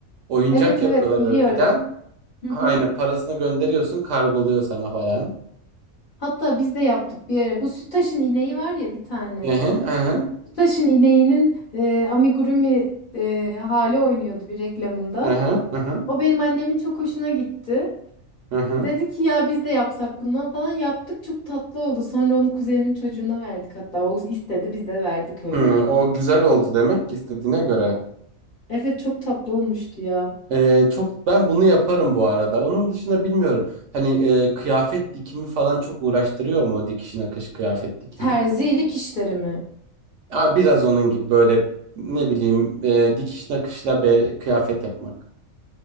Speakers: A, on the right (about 65°); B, on the left (about 45°).
A: Oyuncak
B: Evet
A: yapıyorlar
B: evet biliyorum.
A: örgüden.
B: Hı
A: Aynen
B: hı.
A: parasını gönderiyorsun, kargoluyor sana falan.
B: Hatta biz de yaptık bir ara. Bu Sütaş'ın ineği var ya bir tane.
A: Hı hı, hı hı.
B: Taş'ın ineğinin e, amigurumi e, hali oynuyordu bir reklamında.
A: Hı hı hı hı.
B: O benim annemin çok hoşuna gitti.
A: hı hı.
B: Dedi ki ya biz de yapsak bundan falan yaptık çok tatlı oldu. Sonra onu kuzenimin çocuğuna verdik hatta o istedi biz de verdik öyle.
A: Hı, o güzel oldu demek ki istediğine göre.
B: Evet çok tatlı olmuştu ya.
A: Ee, çok ben bunu yaparım bu arada. Onun dışında bilmiyorum. Hani e, kıyafet dikimi falan çok uğraştırıyor mu o dikiş nakış kıyafet dikimi?
B: Terzilik işleri mi?
A: Aa, biraz onun gibi böyle ne bileyim e, dikiş nakışla be, kıyafet yapmak.